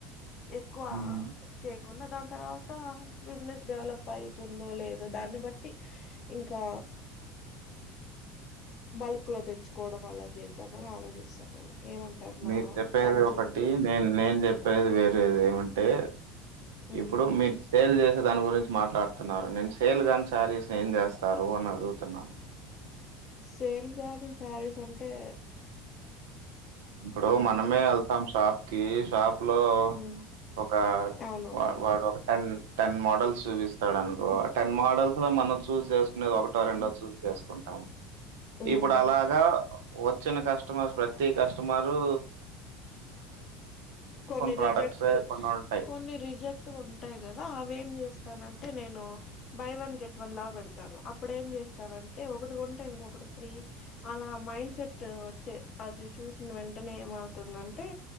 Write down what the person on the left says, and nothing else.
ఎక్కువ
చేయకుండా దాంతో తరువాత బిజినెస్ డెవలప్ అయితుందో లేదో దాన్ని బట్టి ఇంకా బల్క్ లో తెచ్చుకోవడం అలా చేద్దామని ఆలోచిస్తాన్నాను ఏమంటారు
నా
ఆలోచనకి
ఉమ్
సేల్ గానీ శారీస్ అంటే
ఉమ్
ఉమ్
అవునవునులే
ఉమ్
ఉమ్
ఉమ్
కొన్ని
రిజెక్ట్
కొన్ని రిజెక్ట్ ఉంటాయి. కదా అవేం చేస్ స్తానంటే. నేను బై వన్ గెట్ వన్ లా పెడతాను. అప్పుడ ఏం చేస్తానంటే ఒకటి కొంటే ఇంకొకటి ఫ్రీ అలా మైండ్ సెట్ వచ్చే అది చూసిన వెంటనే ఏమవుతుందంటే.